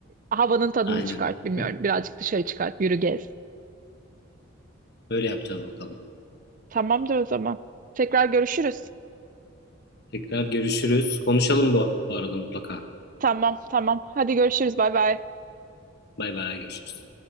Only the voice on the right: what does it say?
Havanın tadını
çıkart bilmiyorum.
Birazcık dışarı çıkart, yürü gez.
Tamamdır o zaman. Tekrar görüşürüz.
Tamam, tamam. Hadi görüşürüz. Bay bay.